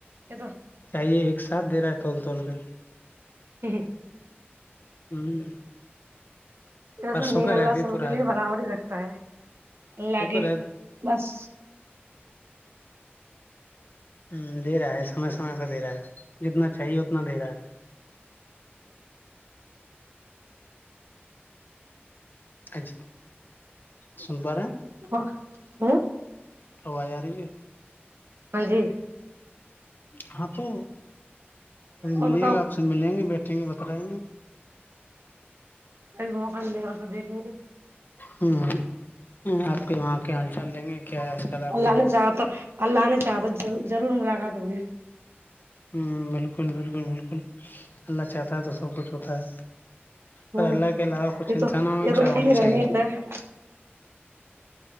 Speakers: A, on the right; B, on the left.
A: یہ تو
B: چاہیے ایک ایک ساتھ دے رہا ہے توول توول کے
A: ہ
B: ہوں
A: ایسا
B: پرسوں
A: نہیں
B: کا
A: اللہ
B: رہ دے
A: سب
B: تو رہا
A: کے لیے
B: ہے
A: برابر ہی رکھتا ہے اللہ
B: شکر
A: کی بس
B: ہ دے رہا ہے سمے سمے پہ دے رہا ہے جتنا چاہیے اتنا دے رہا ہے اچھا سن پ رہا
A: ا ہ
B: روائی رہ ہے
A: ہاں جی
B: ہاں تو
A: اور
B: ملیے
A: بتاؤ
B: گا آپ سے ملیں گے بیٹھے ت بت رہائیں گے
A: ا مکان لے گا تو دیکھیں گ
B: ہوں ہ وہاں کے ہل چال دیں گے کیا حال چال آپ
A: اللہ
B: کے یہاں
A: نے چاہ تو اللہ نے چاہا تو ضرور ملاقات ہوگی
B: ہ بالکل بالکل بالکل اللہ چاہتا ہے تو سب کچھ ہوتا ہے
A: ہوں
B: پر اللہ کے علاوہ کچھ
A: یہ
B: انسانوں
A: تو
B: میں
A: یہ تو
B: کیا
A: انی
B: ہونی
A: ہی
B: چاہیے
A: رہمی ہوتا ہے